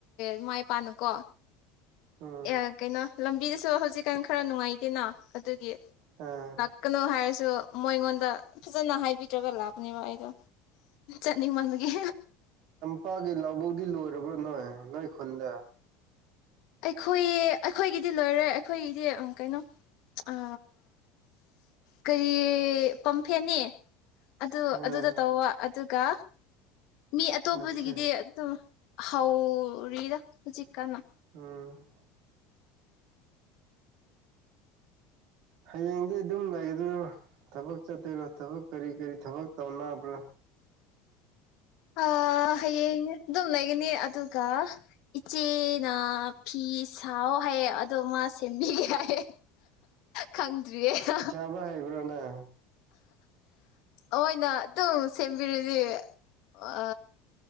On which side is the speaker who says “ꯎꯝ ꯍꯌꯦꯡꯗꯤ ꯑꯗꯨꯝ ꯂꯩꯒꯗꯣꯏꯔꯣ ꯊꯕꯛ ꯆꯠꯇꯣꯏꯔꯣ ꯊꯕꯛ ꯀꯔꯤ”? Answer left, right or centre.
Right